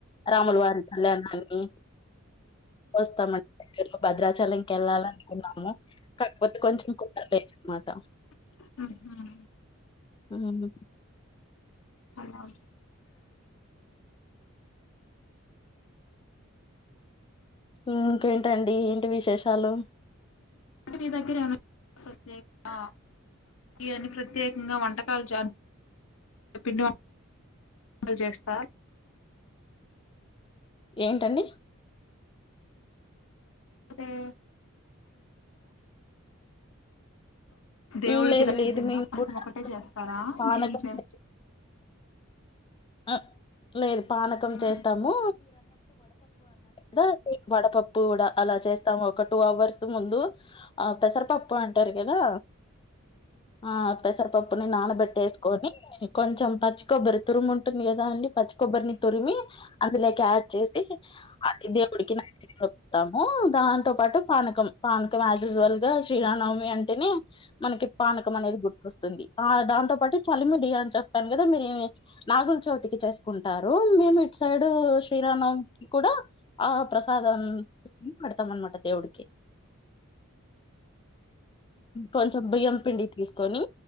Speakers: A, on the left; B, on the left.
A: రాములు వారి కళ్యాణాన్ని వస్తామం ఎక్కనో భద్రాచలంకి వెళ్ళాలనుకున్నాము కాకపోతే కొంచెం కుదరలేదు అనమాట
B: ఉహు
A: ఆ అన్న
B: అమ్మ ఆ
A: ఇంకేంటండి ఏంటి విశేషాలు
B: అంటే మీ దగ్గర ఏమన్నా అని ప్రత్యేకంగా వంటకాలు చాలు పిండి వంటలు చేస్తారు
A: ఏంటండీ
B: <unintelligible> దేవుడికి
A: హ్మ్. లేదు
B: నైవేద్యం
A: లేదు మేము
B: గా <unintelligible>
A: కూడా
B: ఒకటే చేస్తారా
A: పానకం
B: ఇంకేం చేయ
A: ఆ లేదు పానకం
B: ఉమ్
A: చేస్తాము ద వడపప్పు కూడ అలా చేస్తాము ఒక టూ అవర్స్ ముందు ఆ పెసరపప్పు అంటారు కదా ఆ పెసరపప్పుని నానబెట్టేసుకొని కొంచెం పచ్చి కొబ్బరి తురుముం <unintelligible> పచ్చి కొబ్బరిని తురిమి అందులేక యాడ్ చేసి అది దేవుడికి <unintelligible> దాంతో పాటు పానకం పానకం యాస్ యూస్ వల్గ శ్రీర <unintelligible> అంటేనే మనకి పానకం అనేది గుర్తుకొస్తుంది ఆ దాంతో పాటు చలి మీ రి అని చెప్తాను కదా మేరి నాగుల చవితికి చేసుకుంటారు మేము ఇటు సైడ్ శ్రీరామ నవమి కూడ ఆ ప్రసా <unintelligible> పెడతాం అనమాట దేవుడికి కొంచెం బియ్యం పిండి తీసుకొని